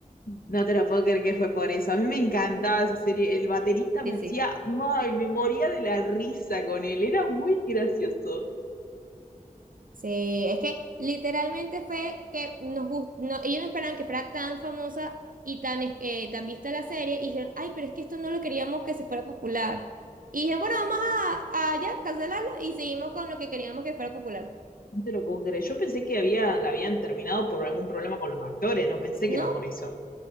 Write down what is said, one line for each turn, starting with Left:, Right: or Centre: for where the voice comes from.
Left: No te lo puedo creer que fue por eso. A mí me encantaba
Right: Sí,
Left: esa serie. El baterista me
Right: sí, sí.
Left: hacía, ay, me moría de la risa con él. Era muy gracioso.
Right: Sí, es que literalmente fue que nos gust- no, ellos no esperaban que fuera tan famosa y tan, es- eh, tan vista la serie y dijeron, ay, pero es que esto no lo queríamos que se fuera popular. Y dijeron, bueno, vamos a, a ya cancelarlo y seguimos con lo que queríamos que fuera popular.
Left: No te lo puedo creer. Yo pensé que había, la habían terminado por algún problema con los actores. No pensé
Right: No,
Left: que era por eso.